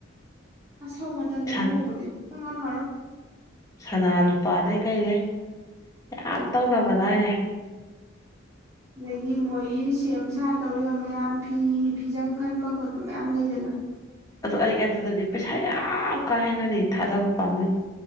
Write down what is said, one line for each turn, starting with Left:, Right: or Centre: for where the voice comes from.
Right: ꯑꯁꯧ ꯃꯇꯝꯗ
Left: ꯁꯟ
Right: ꯂꯨꯍꯣꯡꯕꯗꯤꯉꯝꯃꯝ
Left: ꯁꯅꯥ ꯂꯨꯄꯥꯗꯩ ꯀꯩꯗꯩ ꯌꯥꯝ ꯇꯧꯅꯕꯅ ꯍꯥꯏꯅꯦ
Right: ꯑꯗꯒꯤ ꯃꯣꯏꯒꯤ ꯁꯦꯝ ꯁꯥ ꯇꯧꯔꯤꯕ ꯃꯌꯥꯝ ꯐꯤ ꯐꯤꯖꯪ ꯈꯟꯕ ꯈꯣꯠꯄ ꯃꯌꯥꯝ ꯂꯩꯗꯅ
Left: ꯑꯗꯣ ꯑꯩ ꯑꯗꯨꯗꯗꯤ ꯄꯩꯁꯥ ꯌꯥꯝ ꯀꯥ ꯍꯦꯟꯅꯗꯤ ꯊꯥꯗꯕ ꯄꯥꯝꯃꯨꯏ